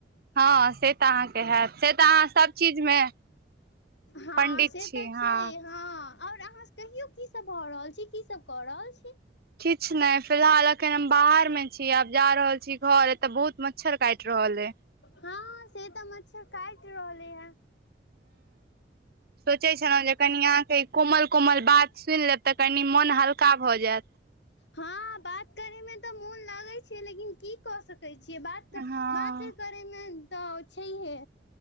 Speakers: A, on the right (about 60°); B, on the left (about 80°).
A: हँ से तऽ अहाँ हैत से तऽ अहाँ सब चीज मे
B: हँ
A: पंडित
B: से
A: छी
B: तऽ
A: हाँ
B: छै हँ और अहाँ कहियो की सब भऽ रहल छी की सब कऽ रहल छी?
A: किच्छ नै फिलहाल अखन हम बाहर मे छी आब जा रहल छी घर एतऽ बहुत मच्छर काइट रहल ऐ।
B: हँ से तऽ मच्छर काइट रहले हें
A: सोचे छलहुँ जे कनि अहाँके कोमल कोमल बात सुइन लेब तऽ कनि मोन हल्का का भऽ जैत।
B: हँ बात करे मे तऽ मोन लागै छै लेकिन की कऽ सकै छियै बात तऽ
A: हँ
B: बातो करैमे तऽ छैहे।